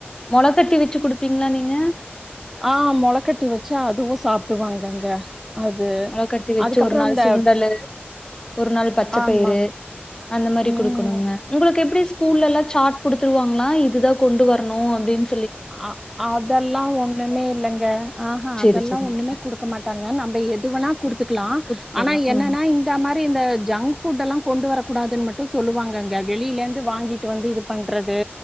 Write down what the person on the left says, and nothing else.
மொள கட்டி வெச் சு குடுப்பிங்ளா நீங்க
மொளக்கட்டி வெச்சு
ஒரு நாள்
சுண்டலு ஒரு நாள் பச்சைப்பயிறு
அந்த மாரி
குடுக்கணுங்க உங்களுக்கு எப்படி ஸ்கூல்லெல்லா சாட் குடுத் துருவாங்ளா இதுதா கொண்டு வரணு அப்டின்
சரி,
சரிங்க.
குடுத்துட்டு
வரலாம்.
ம்.